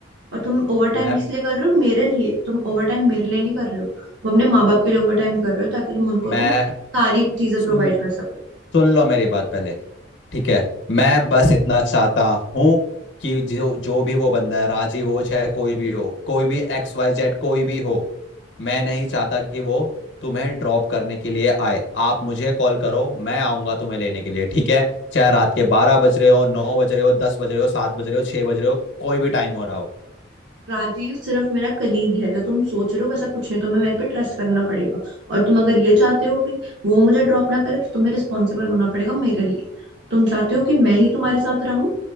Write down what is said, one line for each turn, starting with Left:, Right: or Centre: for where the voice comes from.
Right: और तुम ओवर
Left: मैं
Right: टाइम किस लिए कर रहे हो मेरे लिए तुम ओवर टाइम मेरे लिए नहीं कर रहे हो तुम अपने माँ बाप के लिए ओवर टाइम कर रहे हो ताकि तुम उनको
Left: मैं
Right: तुम सारी चीजें
Left: सुन
Right: प्रोवाइड
Left: लो
Right: कर सको
Left: सुन लो मेरी बात पहले ठीक है मैं बस इतना चाहता हूँ कि जो जो भी वो बंदा है राजीव हो चाहे कोई भी हो कोई भी एक्स वाई जेड कोई भी हो मैं नहीं चाहता कि वो तुम्हें ड्रॉप करने के लिए आए आप मुझे कॉल करो मैं आऊंगा तुम्हें लेने के लिए ठीक है चाहे रात के बारह बज रहे हो नौ बज रहे हो दस बज रहे हो सात बज रहे हो छह बज रहे हो कोई भी टाइम हो रहा हो
Right: राजीव सिर्फ मेरा कलीग है जो तुम सोच रहे हो वैसा कुछ नहीं तुम्हें मेरे पे ट्रस्ट करना पड़ेगा और तुम अगर ये चाहते हो कि वो मुझे ड्रॉप ना करे तो तुम्हें रिस्पॉन्सिबल होना पड़ेगा मेरे लिए तुम चाहते हो कि मैं ही तुम्हारे साथ रहूं